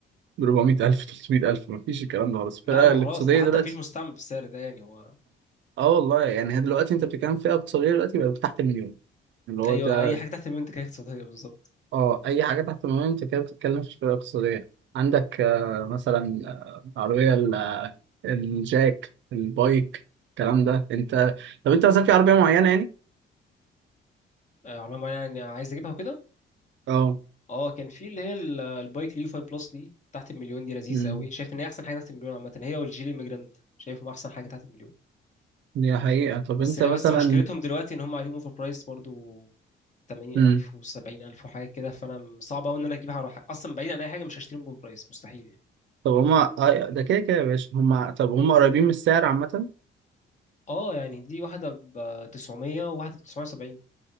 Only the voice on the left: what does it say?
لا
هو
خلاص ده حتى
مفيش مستعمل بالسعر ده يعني هو
ايوه
اي حاجه تحت المنتج هي اقتصاديه بالظبط
آه، عربية معينة يعني عايز اجيبها وكده
اه كان في اللي هي ال- البايك اليو 5 بلس دي تحت المليون دي لذيذة
قوي شايف ان هي احسن حاجة تحت المليون عامة هي والجيلي ميجراند شايفهم احسن حاجة تحت المليون
بس
هي
بس مشكلتهم دلوقتي ان هم عليهم اوفر برايس برضو 80000
و70000 ألف وحاجة كده فانا صعب قوي ان انا اجيبها على حاجة. اصلا بعيد عن اي حاجة مش هشتريهم باوفر برايس مستحيل يعني
اه يعني دي واحدة ب 900 وواحدة ب 970